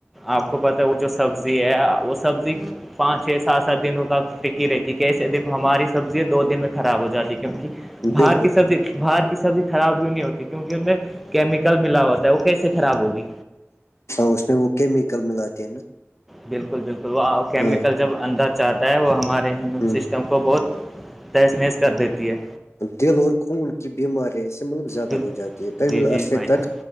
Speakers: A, in the centre; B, on the left.
A: آپ کو پتا ہے وہ جو سبزی ہے وہ سبزی پانچ سات سات دنوں تک ٹکی رہتی کیسے دیکو ہماری سبزیاں دو دن میں خراب ہو جاتی کیونکہ باہر
B: بالکل
A: کی سبزی باہر کی سبزی خراب کیوں نہیں ہوتی کیونکہ ان میں کیمیکل ملا ہوتا ہے وہ کیسے خراب ہوگی
B: ہاں اس میں وہ کیمیکل ملاتی ہے نا
A: بالکل بالکل وہ کیمیکل
B: ہاں
A: جب اندر چاہتا ہے وہ ہمارے
B: ہ
A: سسٹم کو بہت تیشنییس کر دیتی ہے
B: دل اور خون کی بیمارییاں اس سے مطلب زیادہ
A: بالکل
B: ہو جاتی ہے طویل
A: جی جی
B: عرصے
A: بھائی جان
B: تک